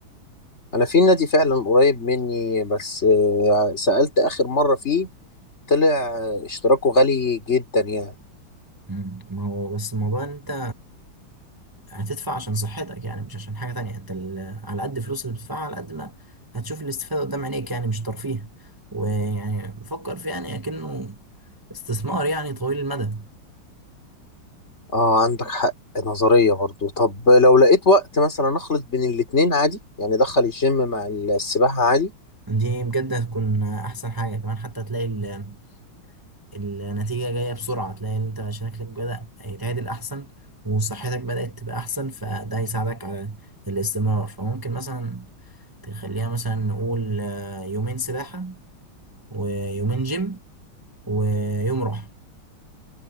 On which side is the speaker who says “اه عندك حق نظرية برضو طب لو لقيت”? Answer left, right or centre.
Left